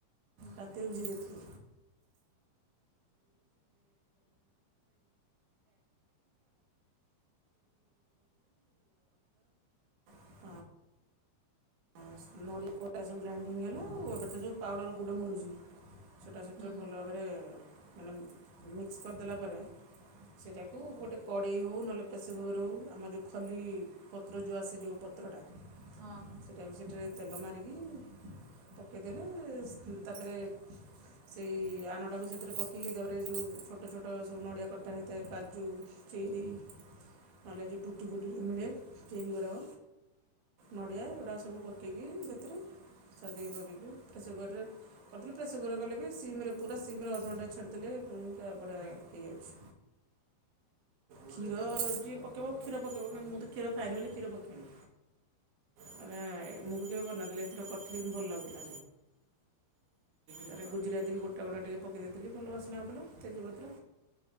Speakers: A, on the right; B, on the right.
A: ହୁଁ
B: ରାତିରେ ଭିଜେଇ ଦେଇଥିଲି। <unintelligible> ହଁ ନର ପ ସବୁ ଗ୍ରାଇଣ୍ଡିଙ୍ଗ ହେଲା ଏଟ ସବୁ ପାଉଡର ଗୁଡ଼ ମଳୁଛି ସେଇଟା ସେଥିରେ
A: ହୁଁ
B: ଭଲ ଭାବରେ ମାନେ ମିକ୍ସ କରିଦେଲା ପରେ ସେଇଟାକୁ ଗୋଟେ କଡ଼େଇ ହେଉ ନହେଲେ ପ୍ରେସର କୁକର ହେଉ ଆମର ଯେଉଁ ଖଲି ପତ୍ର ଯେଉଁ ଆସେ ଯେଉଁ ପତ୍ରଟା
A: ହଁ ଅଁ
B: ତାପରେ ସେଥିରେ ତେଲ ମାରିକି ପକେଇଦେଲେ ତାପରେ ସେଇ ଆଣଟାକୁ ସେଥିରେ ପକେଇକି ତାପରେ ଛୋଟ ଛୋଟ ସବୁ ନଡ଼ିଆ କଟା ହେଇଥାଏ କାଜୁ ଚେରି ନହେଲେ ଟୁକୁ ଟୁକୁ ମିଳେ ଚେରି ଗୁଡାକ ନଡ଼ିଆ କଟା ସବୁ ପକେଇକି ସେଥିରେ ସଜେଇି ପକେଇକି ପ୍ରେସର କୁକରରେ କରିଦେଲି ପ୍ରେସର କୁକର କଲେ ବି ସିମେ ପୁରା ସିମରେ ଅଧଘଣ୍ଟା ଛାଡ଼ିଦେଲେ ବଢ଼ିଆ ହେଇଯାଉଛି କ୍ଷୀର ଯିଏ ପକେଇବ କ୍ଷୀର ପକେଇବ କି ମୁଁ ତ କ୍ଷୀର ଖାଇନି ବୋଲି କ୍ଷୀର ପକେଇନି। ତାରେ ମୁଁ ବି କେବେ କରିନଥିଲି ଏଥର କରିଥିଲି କିନ୍ତୁ ଭଲ ଲାଗୁଥିଲା ତାରେ ଗୁଜୁରାତି ବି ଗୋଟା ଗୋଟା ଟିକେ ପକେଇ ଦେଇଥିଲି ଭଲ ବାସ୍ନା ହେଉଥିଲା ତେଜପତ୍ର